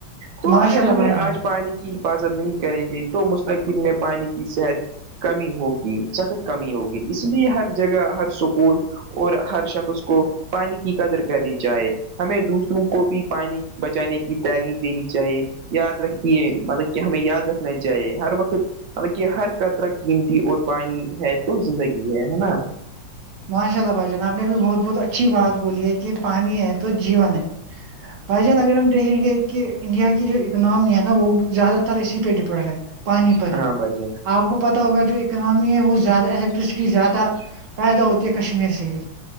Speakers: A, on the right (about 65°); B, on the right (about 85°).
A: تو
B: ماشاء
A: اگر
B: اللہ
A: ہمیں
B: بھائی جان
A: آج پانی کی حفاظت نہیں کریں گے تو مستقبل میں پانی کی صحت کمی ہوگی سخت کمی ہوگی اس لیے ہر جگہ ہر سکول اور ہر شخص کو پانی کی قدر کرنی چاہے ہمیں دوسروں کو بھی پانی بچانے کی تعلیم دینی چاہیے یاد رکھیے مطلب کہ ہمیں یاد رکھنا چاہیے ہر وقت بالانکہ ہر قطرہ قیمتی اور پانی ہے تو زندگی ہے ہے نا
B: ماشاء اللہ بھائی جان آب نے بھی بہت بہت اچھی بات بولی ہے کہ پانی ہے تو جیون ہے بھائی جان اگر ہم دیکھیں گے کہ انڈیا کی جو اکناممی ہے نا وہ زیادہ تر اسی پہ ڈیپینڈ ہے پانی پر ہی
A: ہاں بھائی جان
B: آپ کو پتا ہوگا جو اکنامی ہے وہ زیادہ الیکٹرسٹی زیادہ پیدا ہوتے ہے کشمیر سے ہی